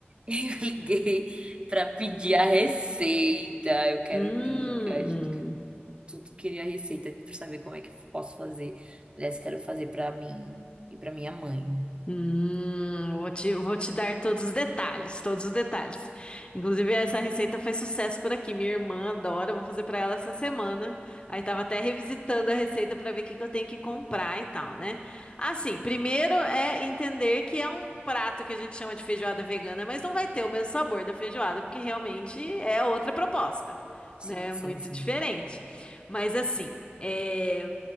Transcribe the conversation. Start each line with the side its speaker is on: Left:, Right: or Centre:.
Right: Eu liguei para pedir a receita. Eu quero
Left: Hum,
Right: dicas.
Left: hum.
Right: Tudo queria receita para saber como é que eu posso fazer. Aliás, quero fazer para mim e para minha mãe.
Left: Hum, vou te, vou te dar todos os detalhes, todos os detalhes. Inclusive, essa receita faz sucesso por aqui. Minha irmã adora, eu vou fazer pra ela essa semana. Aí tava até revisitando a receita pra ver o que que eu tenho que comprar e tal, né? Assim, primeiro é entender que é um prato que a gente chama de feijoada vegana, mas não vai ter o mesmo sabor da feijoada, porque realmente é outra proposta,
Right: Sim,
Left: né?
Right: sim,
Left: Muito
Right: sim.
Left: diferente. Mas assim, é,